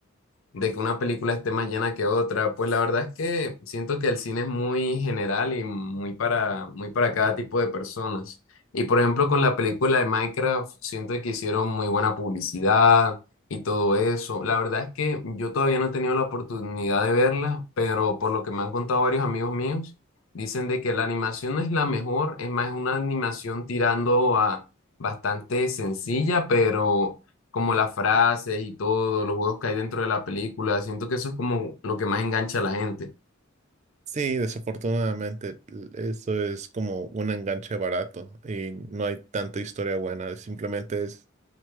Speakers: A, on the left; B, on the right.
A: de que una película esté más llena que otra. Pues la verdad es que siento que el cine es muy general y muy para, muy para cada tipo de personas. Y por ejemplo, con la película de Minecraft, siento que hicieron muy buena publicidad y todo eso. La verdad es que yo todavía no he tenido la oportunidad de verla, pero por lo que me han contado varios amigos míos, dicen de que la animación no es la mejor, es más una animación tirando a bastante sencilla, pero como las frases y todo, los juegos que hay dentro de la película. Siento que eso es como lo que más engancha a la gente.
B: Sí, desafortunadamente eso es como un enganche barato y no hay tanta historia buena. Simplemente es